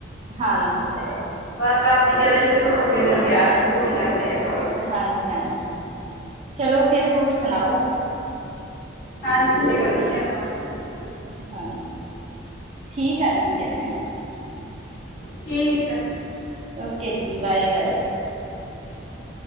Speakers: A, on the right; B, on the left.
A: ਹਾਂਜੀ ਇਹ ਤਾਂ ਹੈ
B: ਬਸ ਸਰਦੀ ਜਦੋਂ ਸ਼ੁਰੂ ਹੋਗੀ, ਉਦੋਂ ਦਿਨ ਵਿਆਹ ਸ਼ੁਰੂ ਹੋ ਜਾਂਦੇ ਆ।
A: ਹਾਂਜੀ-ਹਾਂਜੀ, ਚਲੋਂ ਫਿਰ ਹੋਰ ਸੁਣਾਓ?
B: ਹਾਂਜੀ-ਹਾਂਜੀ, ਵਧੀਆ ਬਸ। ਤੁਸੀਂ ਸੁਣਾਓ
A: ਹਾਂਜੀ, ਠੀਕ ਆ ਜੀ ਫਿਰ ਹੈ।
B: ਠੀਕ ਆ ਜੀ।
A: ਓਕੇ ਜੀ, ਬਾਏ ਬਾਏ।
B: Okay, bye.